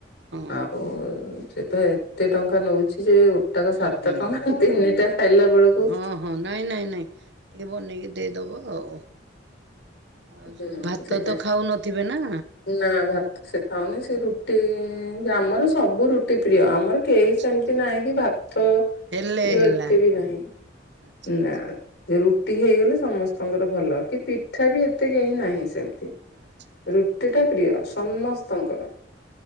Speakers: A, on the right; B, on the left.
A: ହଁ
B: ଆଉ ସେ ତ ଏତେ ଟଙ୍କା ନଉଛି ଯେ ଗୋଟାକ
A: ହୁଁ
B: ସାତ
A: ହୁଁ
B: ଟଙ୍କା ତିନିଟା ଖାଇଲା ବେଳକୁ
A: ହଁ ହଁ ନାଇଁ ନାଇଁ ନାଇଁ ଟିକେ ବନେଇକି ଦେଇଦବ ଆଉ ଆଉ
B: ହୁଁ
A: ତ ଭାତ
B: ସେଇଟା
A: ତ ଖାଉ ନଥିବେ ନା?
B: ନା ଭାତ ସେ ଖାଉନି ସେ ରୁଟି ଆମର ସବୁ ରୁଟି ପ୍ରିୟ ଆମର କେହି
A: ଆଚ୍ଛା।
B: ସେମିତି ନାହିଁ କି ଭାତ ପ୍ରିୟ
A: ହେଲେ ହେଲା।
B: ଏତେ ବି ନାହିଁ।
A: ଆଚ୍ଛା
B: ନା
A: ଆଚ୍ଛା
B: ଯେ ରୁଟି ହେଇଗଲେ ସମସ୍ତଙ୍କର ଭଲ କି ପିଠା ବି କେହି ନାହିଁ ସେମତି
A: ଆଚ୍ଛା ଆଚ୍ଛା।
B: ରୁଟି ଟା ପ୍ରିୟ ସମସ୍ତଙ୍କର।